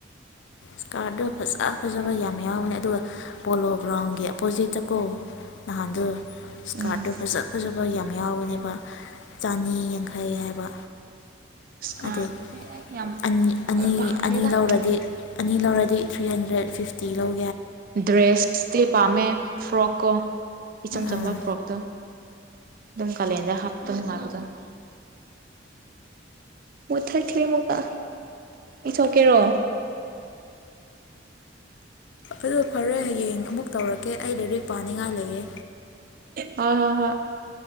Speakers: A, on the left; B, on the right.
A: ꯁꯀ꯭ꯔꯠꯗꯣ ꯐꯖ ꯐꯖꯕ ꯌꯥꯝ ꯌꯥꯎꯕꯅꯤ ꯑꯗꯨꯒ ꯄꯣꯂꯣ ꯒ꯭ꯔꯥꯎꯟꯒꯤ ꯑꯣꯄꯣꯖꯤꯠꯇꯀꯣ ꯅꯍꯥꯟꯗꯣ ꯁꯀ꯭ꯔꯠ
B: ꯎꯝ
A: ꯇꯣ ꯐꯖ ꯐꯖꯕ ꯃꯣꯏ ꯌꯥꯝ ꯌꯥꯎꯕꯅꯦꯕ ꯆꯥꯅꯤ ꯌꯥꯡꯈꯩ ꯍꯥꯏꯕ
B: ꯁꯀ꯭ꯔꯠꯇꯤ
A: ꯑꯗꯨ
B: ꯑꯩ ꯌꯥꯝ
A: ꯑꯅꯤ ꯑꯅꯤ
B: ꯄꯥꯝꯗꯦꯗꯥ
A: ꯑꯅꯤ ꯂꯧꯔꯗꯤ ꯑꯅꯤ ꯂꯧꯔꯗꯤ ꯊ꯭ꯔꯤ ꯍꯟꯗ꯭ꯔꯦꯠ ꯐꯤꯐꯇꯤ ꯂꯧ
B: ꯗ꯭ꯔꯦꯁꯇꯤ ꯄꯥꯝꯃꯦ ꯐ꯭ꯔꯣꯛ ꯀꯣ ꯏꯆꯝ ꯆꯝꯕ
A: ꯑꯥ
B: ꯐ꯭ꯔꯣꯛꯇꯣ ꯑꯗꯨꯝ ꯀꯥꯂꯦꯟꯗ ꯍꯥꯞꯄ ꯅꯨꯡꯉꯥꯏꯕꯗꯣ ꯎꯝ ꯃꯨꯊꯠꯈ꯭ꯔꯦ ꯑꯃꯨꯛꯀ ꯏꯊꯣꯛꯀꯦꯔꯣ
A: ꯑꯗꯣ ꯐꯔꯦ ꯍꯌꯦꯡ ꯑꯃꯨꯛ ꯇꯧꯔꯛꯀꯦ ꯑꯩ ꯂꯥꯏꯔꯤꯛ ꯄꯥꯅꯤꯡꯉꯥꯏ ꯂꯩꯌꯦ
B: ꯍꯣꯏ ꯍꯣꯏ ꯍꯣꯏ